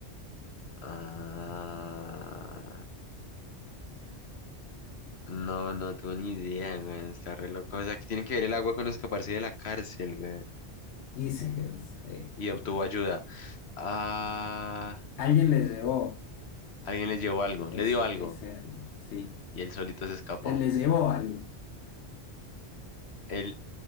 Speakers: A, on the left; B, on the left.
A: Ah, no, no tuve ni idea, güey. Está re loco. O sea, que tiene que ver el agua con escaparse de la cárcel, güey.
B: Y se- este,
A: Y obtuvo ayuda. Ah.
B: alguien le llevó
A: Alguien le llevó algo,
B: ese,
A: le dio algo
B: ese algo, sí.
A: y él solito se escapó.
B: Él les llevó algo.
A: Él,